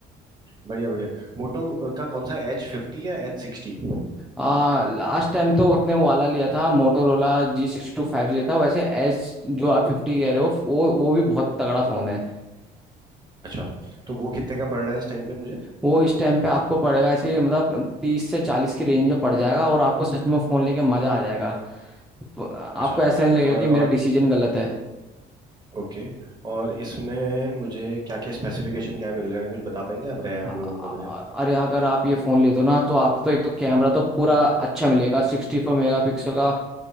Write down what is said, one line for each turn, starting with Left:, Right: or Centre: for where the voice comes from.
Right: बढ़िया बढ़िया मोटो का कौन सा एच फिफ्टी या एच सिक्सटी
Centre: आ, लास्ट टाइम तो उसने वो वाला लिया था मोटोरोला जी सिक्सटी टू फाइव जी था वैसे एच जो आप फिफ्टी कह रहे हो वो वो भी बहुत तगड़ा फोन है
Right: अच्छा तो वो कितने का पड़ रहा है इस टाइम पे मुझे
Centre: वो इस टाइम पे आपको पड़ेगा ऐसे मतलब तीस से चालीस की रेंज में पड़ जाएगा और आपको सच में फोन लेके मजा आ जाएगा तो आपको
Right: अच्छा
Centre: ऐसा नहीं लगेगा
Right: और
Centre: कि
Right: और
Centre: मेरा डिसीजन गलत है
Right: ओके और इसमें मुझे क्या क्या स्पेसिफिकेशन क्या मिल रहे हैं कुछ बता पाएंगे आप रैम
Centre: अ-
Right: रोम
Centre: अ-
Right: वगैरह
Centre: अरे अगर आप ये फोन लेते हो ना तो आप तो एक तो कैमरा तो पूरा अच्छा मिलेगा सिक्सटी फोर मेगा पिक्सल का